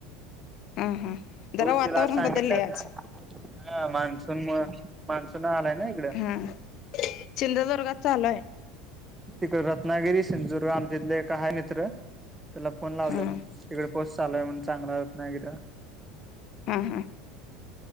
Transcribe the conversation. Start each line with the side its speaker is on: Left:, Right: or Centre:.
Left: हम्म हम्म जरा
Right: होशलाज
Left: वातावरण
Right: सांगितलं
Left: बदललंय आज
Right: का हा मान्सून म मान्सून आलाय ना इकडे
Left: हा सिंधुदुर्गात चालूय
Right: तिकड रत्नागिरी सिंधुदुर्ग आमच्या इथले एक आहे मित्र तुला फोन लावलेला
Left: हा
Right: तिकडे पोस चालूय म्हण चांगला होत ना किं
Left: हां हां